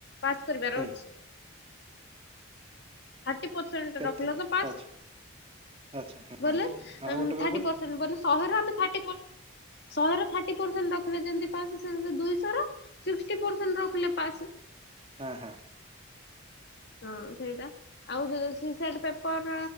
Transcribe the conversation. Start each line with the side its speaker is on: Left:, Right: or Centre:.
Left: ପାସ୍ କରିବାର
Right: ହୁଁ
Left: ଅଛି। ଥାର୍ଟି ପରସେଣ୍ଟ
Right: କେତେ
Left: ରଖିଲ ତ ପାସ।
Right: ଆଚ୍ଛା ଆଚ୍ଛା ହଁ
Left: ବୋଲେ ଥାର୍ଟି
Right: ଆଉ ଗୋଟେ ପେପର୍
Left: ପରସେଣ୍ଟ ବୋଲେ ଶହେ ରୁ ଆମେ ଥିଟୀ ପର୍ସେଣ୍ଟ ଶହେ ର ଥାର୍ଟି ପରସେଣ୍ଟ ରଖିବେ ଯେମିତି ପା ସେମିତି ଦୁଇଶହ ର ସିକ୍ସଟି ପରସଣ୍ଟ ରଖିଲେ ପାସ।
Right: ହଁ ହଁ।
Left: ହଁ ସେଇଟା ଆଉ ଯୋଉ ସି ସାଟ ପେପର